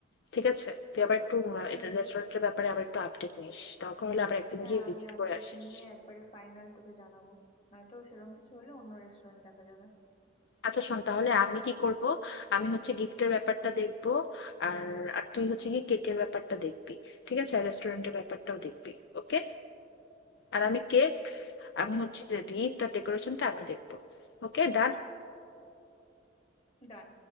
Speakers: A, on the left (about 60°); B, on the left (about 35°).
A: ঠিক আছে তুই আবার একটু
B: হুম
A: রেস্টুরেন্টের ব্যাপারে আবার একটু আপডেট নিস দরকার হলে আবার একদিন
B: হ্যাঁ
A: গিয়ে ভিজিট
B: আমি আপডেট
A: করে আসিস
B: নিয়ে একবারে ফাইনাল তোকে জানাবো নয়তো সেরকম কিছু হলে অন্য রেস্টুরেন্ট দেখা যাবে
A: আচ্ছা শোন তাহলে আমি কি করব আমি হচ্ছে গিফটের ব্যাপারটা দেখব আর আর তুই হচ্ছে গিয়ে কেকের ব্যাপারটা দেখবি ঠিক আছে আর রেস্টুরেন্টের ব্যাপারটাও দেখবি ওকে আর
B: ওকে
A: আমি কেক আমি হচ্ছে গিফট আর ডেকোরেশনটা আমি দেখবো ওকে ডান
B: ডান